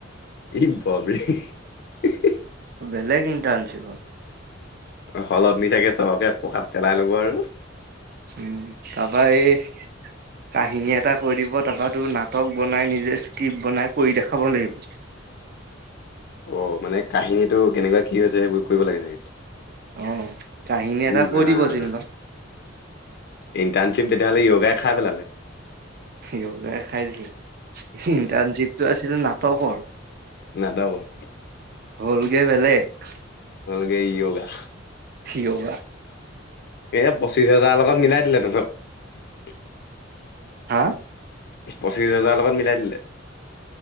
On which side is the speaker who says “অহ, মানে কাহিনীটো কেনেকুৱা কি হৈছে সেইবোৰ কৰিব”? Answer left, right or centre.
Left